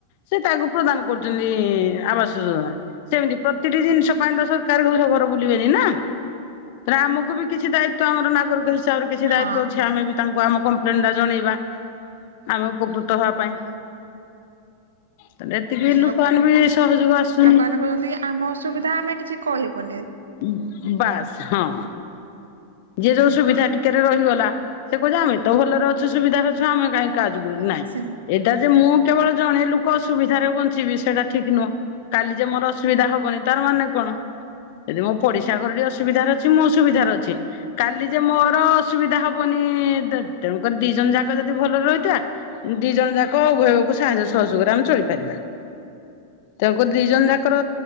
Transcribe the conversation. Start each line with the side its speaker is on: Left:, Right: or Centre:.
Left: ସିଏ ତାକୁ ପ୍ରଦାନ କରୁଛନ୍ତି ଆବାସ ଯୋଜନା। ସେମିତି ପ୍ରତିଟି ଜିନିଷ ପାଇଁ ତ ସରକାର ଘର ଘର ବୁଲିବେନି ନା। ଆମକୁ ବି କିଛି ଦାୟିତ୍ୱ ଆମ ନାଗରିକ ହିସା କିଛି
Right: ହଁ
Left: ଦାୟିତ୍ଵ ଅଛି ଆମେ ବି ତାଙ୍କୁ ଆମ କମ୍ପ୍ଲେନ ଟା ଜଣେଇବା। ଆମେ ଉପକୃତ ହବା ପାଇଁ। ତାହେଲେ ଏତିକି ଲୋକମାନେ
Right: ଲୋକ୍
Left: ବି ସହଯୋଗ ଆସୁନି
Right: ଲୋକମାନେ କହୁଛନ୍ତି କି ଆମ ଅସୁବିଧା ଆମେ କିଛି କହିବୁନି।
Left: ଉଁ ବାସ୍ ହଁ। ଯିଏ ଯୋଉ ସୁବିଧା ଟିକେ ରେ ରହିଗଲା ସେ କହୁଛି ଆମେ ତ ଭଲରେ ଅଛୁ, ସୁବିଧାରେ ଅଛୁ। ଅଛୁ। ଆମେ କାଇଁ କାହା ଯୁଗୁରୁ ନାଇଁ।
Right: ହୁଁ
Left: ଏଇଟା ଯେ ମୁଁ କେବଳ ଜଣେ ଲୋକ ଅସୁବିଧାରେ ବଞ୍ଚିବି ସେଇଟା ଠିକ ନୁହଁ କାଲି ଯେ ମୋର ଅସୁବିଧା ହବନି ତାର ମାନେ କଣ। ଯଦି ମୋ ପଡିଶା ଘର ଟିକେ ଅସୁବିଧାରେ ଅଛି ମୁଁ ସୁବିଧାରେ
Right: ହଁ
Left: ଅଛି। କାଲି ଯେ ମୋର ଅସୁବିଧା ହବନି ତେଣୁକରି ଦି ଜଣ ଯାକ ଯଦି ଭଲରେ ରହିଥିବା। ଦି ଜଣ ଯାକ ଉଭୟ ଉଭୟକୁ ସାହାଯ୍ୟ ସହଯୋଗରେ ଆମେ ଚଳି ପାରିବା। ତେଣୁ କରି ଦି ଜଣ ଯାକର